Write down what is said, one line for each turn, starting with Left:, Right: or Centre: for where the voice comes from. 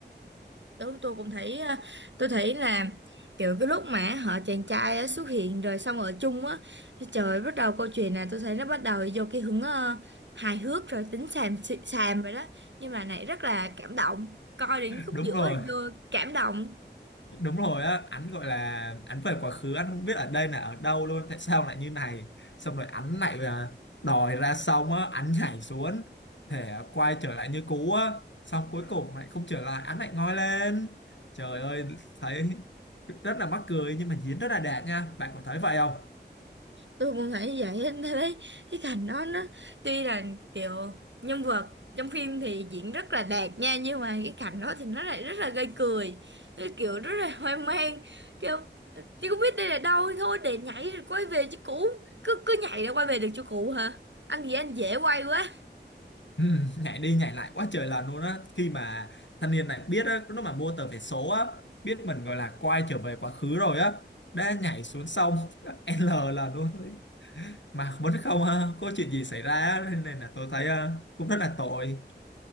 Right: tôi tôi cũng thấy ờ, tôi thấy là kiểu cái lúc mà họ chàng trai á xuất hiện rồi xong ở chung á cái trời bắt đầu câu chuyện là tôi thấy nó bắt đầu vô cái hướng ờ, hài hước rồi tính xàm xì- xàm rồi đó nhưng mà này rất là cảm động coi đến khúc
Left: đúng
Right: giữa
Left: rồi
Right: thì vô cảm động
Left: đúng rồi á anh gọi là anh về quá khứ anh không biết ở đây là ở đâu luôn tại sao lại như này xong rồi anh lại à, đòi ra xong á anh nhảy xuống để quay trở lại như cũ á xong cuối cùng lại không trở lại anh lại ngoi lên trời ơi thấy rất là mắc cười nhưng mà diễn rất là đẹp nha bạn có thấy vậy không
Right: tôi cũng nghĩ vậy <laughs> em thấy cái cảnh đó nó tuy là kiểu nhân vật trong phim thì diễn rất là đạt nha nhưng mà cái cảnh đó thì nó lại rất là gây cười Cái kiểu rất là hoang mang kiểu chứ không biết đây là đâu thôi để nhảy rồi quay về chỗ cũ cứ cứ nhảy rồi quay về được chỗ cũ hả anh gì anh dễ quay quá
Left: ừ, nhảy đi nhảy lại quá trời lần luôn á khi mà thanh niên này biết á lúc mà mua tờ vé số á biết mình gọi là quay trở về quá khứ rồi á đã nhảy xuống sông <laughs> L là luôn mà vẫn không ờ, có chuyện gì xảy ra á, nên là tôi thấy ờ, cũng rất là tội